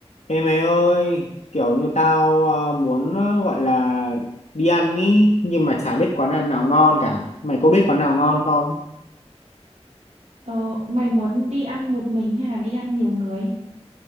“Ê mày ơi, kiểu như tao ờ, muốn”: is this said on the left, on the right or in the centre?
Left